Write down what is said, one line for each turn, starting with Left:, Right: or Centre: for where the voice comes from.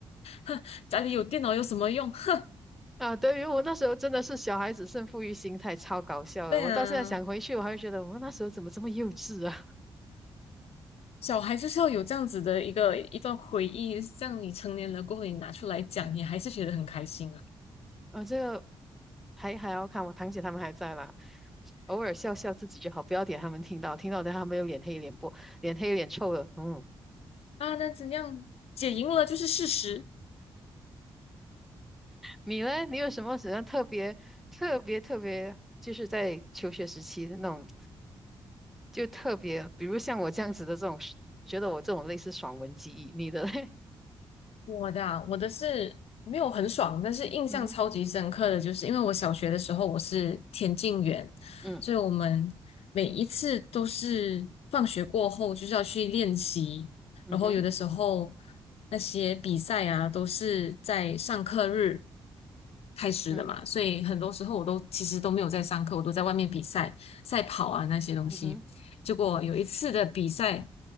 Left: <laughs> 家里有电脑有什么用？<laughs> 哼，
Centre: 啊。对于我那时候真的是小孩子胜负欲心态，超搞笑的。
Left: 对啊，
Centre: 我到现在想回去，我还会觉得我那时候怎么这么幼稚啊？
Left: 小孩就是要有这样子的一个一段回忆，像你成年了过后，你拿出来讲，你还是觉得很开心啊。
Centre: 啊，这个还还要看我堂姐他们还在啦，偶尔笑笑自己就好，不要点他们听到，听到等他们又脸黑脸不脸黑脸臭了。嗯，
Left: 啊，那怎样？姐赢了就是事实。
Centre: 你呢？你有什么什么特别特别特别，就是在求学时期的那种，就特别，比如像我这样子的这种，我觉得我这种类似爽文记忆，你的嘞？<laughs>
Left: 我的啊我的是没有很爽，但是印象超级深刻的就是，
Centre: 嗯哼，
Left: 因为我小学的时候我是田径员，
Centre: 嗯
Left: 所以我们每一次都是放学过后就是要去练习，
Centre: 嗯哼，
Left: 然后有的时候那些比赛啊都是在上课日开始的嘛，
Centre: 嗯
Left: 所以很多时候我都其实都没有在上课，我都在外面比赛、赛跑啊那些东西。
Centre: 嗯哼，
Left: 结果有一次的比赛，